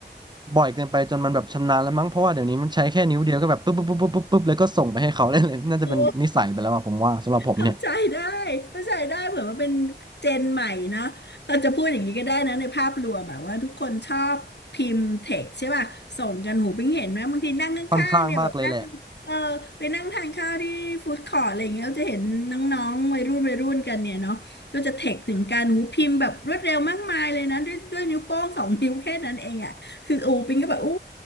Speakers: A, on the right; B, on the left.
A: บ่อยเกินไปจนมันแบบชำนาญแล้วมั้งเพราะว่าเดี๋ยวนี้มันใช้แค่นิ้วเดียวก็แบบปุ๊บปุ๊บปุ๊บปุ๊บปุ๊บป๊บแล้วก็ส่งไปให้เขา <laughs> ได้เลยน่าจะเป็นนิสัยไปแล้วอะผมว่าสำหรับผมเนี่ย
B: โอ้ เข้าใจได้เข้าใจได้เผื่อมันเป็นเจนใหม่นะเราจะพูดอย่างนี้ก็ได้นะในภาพรวมอะว่าทุกคนชอบพิมพ์เท็กใช่ป่ะส่งกันหูปิ้งเห็นไหมบางทีนั่งข้างๆเนี่ยแบบนั่งเออไปนั่งทานข้าวที่ฟู้ดคอร์ทอะไรอย่างเงี้ยเราจะเห็นน้องๆวัยรุ่นวัยรุ่นกันเนี่ยเนาะก็จะเท็กถึงการหูพิมพ์แบบรวดเร็วมากมายเลยนะด้วยด้วยนิ้วโป้งสองนิ้วแค่นั้นเองอะคือโอ้ปิ้งก็แบบอู้
A: ค่อนข้างมากเลยแหละ